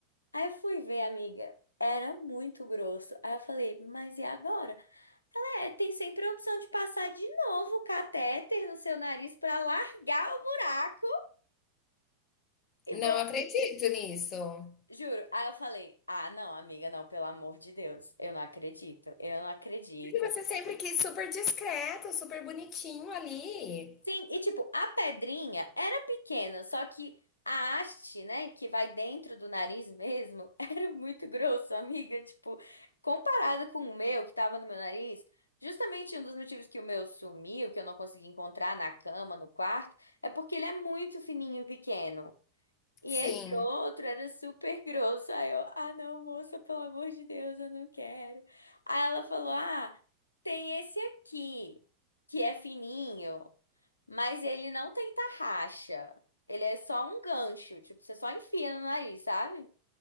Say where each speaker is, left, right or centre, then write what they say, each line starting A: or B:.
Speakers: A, on the left (about 80°); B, on the left (about 30°).
A: Aí eu fui ver, amiga, era muito grosso. Aí eu falei, mas e agora? É, tem sempre a opção de passar de novo o catéter no seu nariz pra largar o buraco e
B: Não
A: bo...
B: acredito nisso.
A: Juro. Aí eu falei: "Ah, não, amiga, não, pelo amor de Deus. Eu não acredito. Eu não acredito.
B: Porque você sempre quis super discreto, super bonitinho ali.
A: Sim, e tipo, a pedrinha era pequena, só que a haste, né, que vai dentro do nariz mesmo, <laughs> era muito grosso, amiga. Tipo, comparada com o meu, que tava no meu nariz, justamente um dos motivos que o meu sumiu, que eu não consegui encontrar na cama, no quarto, é porque ele é muito fininho e pequeno. E
B: Sim.
A: esse outro era super grosso. Aí eu, ah, não, moça, pelo amor de Deus, eu não quero. Aí ela falou, ah, tem esse aqui, que é fininho. Mas ele não tem tarraxa. Ele é só um gancho. Tipo, você só enfia no nariz, sabe?